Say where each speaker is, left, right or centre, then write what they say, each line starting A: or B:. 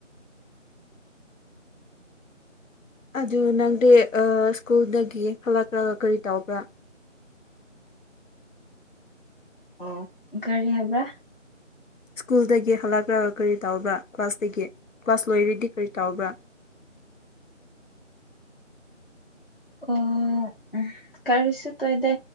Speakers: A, on the left; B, on the left.
A: ꯑꯗꯨ ꯅꯪꯗꯤ ꯑꯥ ꯁ꯭ꯀꯨꯜꯗꯒꯤ ꯍꯂꯛꯂꯒ ꯀꯔꯤ ꯇꯧꯕ꯭ꯔꯥ꯫
B: ꯑꯣ ꯀꯥꯔꯤ ꯍꯥꯏꯕ
A: ꯁ꯭ꯀꯨꯜꯗꯒꯤ ꯍꯜꯂꯛꯂꯒ ꯀꯔꯤ ꯇꯧꯕ꯭ꯔꯥ ꯀ꯭ꯂꯥꯁꯇꯒꯤ ꯀ꯭ꯂꯥꯁ ꯂꯣꯏꯔꯗꯤ ꯀꯔꯤ ꯇꯧꯕ꯭ꯔꯥ꯫
B: ꯑꯥ ꯎꯝ ꯀꯔꯤꯁꯨ ꯇꯧꯗꯦ꯫